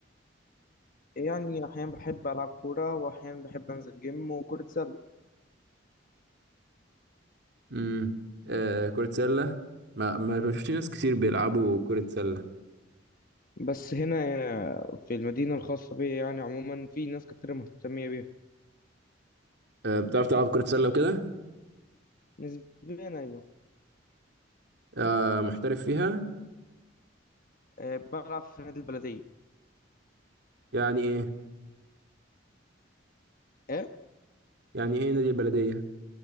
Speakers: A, on the left; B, on the right.
A: يعني أحيانا بحب ألعب كورة وأحيانا بحب أنزل جيم وكرة سلة
B: امم آه. كرة سلة ما ما بشوفش ناس كتير بيلعبوا كرة سلة
A: بس هنا آه، في المدينة الخاصة بي يعني عموما في ناس كتير مهتمية بيها
B: آه. بتعرف تلعب كرة سلة وكده
A: نسبيا أيوة
B: آه. محترف فيها
A: آه، بلعب في نادي البلدية
B: يعني ايه
A: ايه
B: يعني ايه نادي البلدية